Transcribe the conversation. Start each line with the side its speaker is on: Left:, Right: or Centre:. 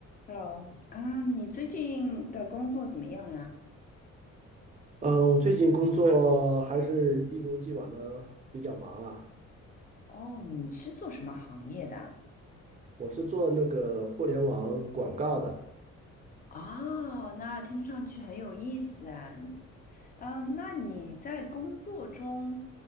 Left: Hello，啊，你最近的工作怎么样呀？
Right: 嗯，呃我最近工作还是一如既往的比较忙啊。
Left: 哦，你是做什么行业的啊
Right: 我是做那个互联网广告的，
Left: 哦，那听上去很有意思啊。嗯，那你在工作中，